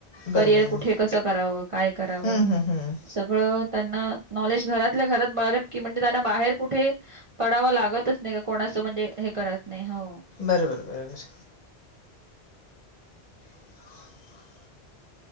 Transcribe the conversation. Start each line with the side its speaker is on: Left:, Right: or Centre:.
Right: करिअर
Left: बरोबर आहे
Right: कुठे
Left: ना.
Right: कसं करावं काय करावं
Left: हं, हं, हं.
Right: सगळं त्यांना नॉलेज घरातल्या घरात बळा की म्हणजे त्यांना बाहेर कुठे पडावं लागतच नाही का कोणाचं म्हणजे हे करत नाही हो
Left: बरोबर बररोबर ह